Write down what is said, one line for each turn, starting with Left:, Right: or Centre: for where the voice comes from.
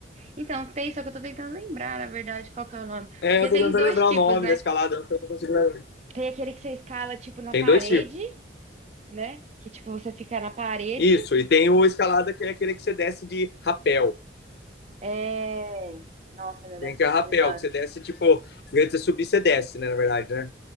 Right: Então, tem, só que eu tô tentando lembrar, na verdade, qual que é o nome.
Left: É,
Right: Porque
Left: eu
Right: tem
Left: tô tentando
Right: dois
Left: lembrar
Right: tipos,
Left: o nome
Right: né?
Left: da escalada, eu não consigo lembrar.
Right: Tem aquele que você escala, tipo, na
Left: Tem
Right: parede,
Left: dois tipos.
Right: né? Que, tipo, você fica na parede.
Left: Isso, e tem o escalada que é aquele que você desce de rapel.
Right: É. Nossa, meu, deve
Left: Tem que
Right: ser
Left: é rapel,
Right: muito da
Left: que
Right: hora.
Left: você desce, tipo, em vez de você subir, você desce, né, na verdade, né?